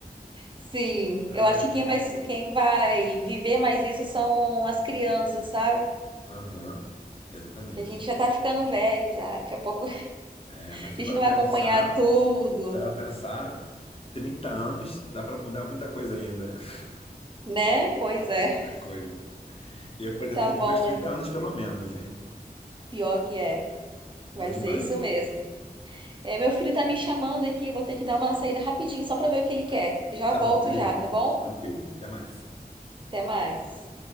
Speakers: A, on the right; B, on the left.
A: Sim,
B: Ai,
A: eu acho
B: meu-
A: que quem vai, quem vai viver mais isso são as crianças, sabe?
B: Aham, exatamente.
A: Que a gente já tá ficando velho já. Daqui a pouco <laughs> a
B: É, mas se
A: gente
B: for
A: não vai
B: pensar,
A: acompanhar tudo,
B: se for pensar, Trinta anos dá para mudar muita coisa ainda. <laughs>
A: né? Pois é.
B: Muita coisa. Eu pretendo
A: Tá
B: viver
A: bom,
B: mais 30
A: é.
B: anos, pelo menos, hein?
A: Pior que é. Vai
B: Bom demais.
A: ser isso mesmo. É, meu filho tá me chamando aqui, eu vou ter que dar uma saída rapidinho só pra ver o que ele quer. Já
B: Tá
A: volto
B: bom, beleza.
A: já, tá bom?
B: Tranquilo. Até mais.
A: Até mais.